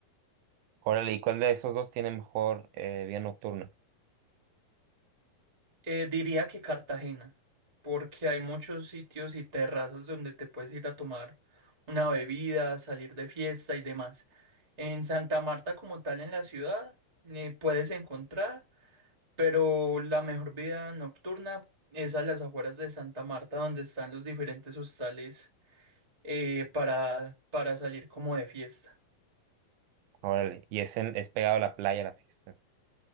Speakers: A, on the right; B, on the right.
A: Órale, ¿y cuál de esos dos tiene mejor eh, vida nocturna?
B: Eh, diría que Cartagena, porque hay muchos sitios y terrazas donde te puedes ir a tomar una bebida, salir de fiesta y demás. En Santa Marta como tal en la ciudad eh, puedes encontrar, pero la mejor vida nocturna es a las afueras de Santa Marta donde están los diferentes hostales eh, para, para salir como de fiesta.
A: Órale, y es, en- es pegado a la playa la fiesta.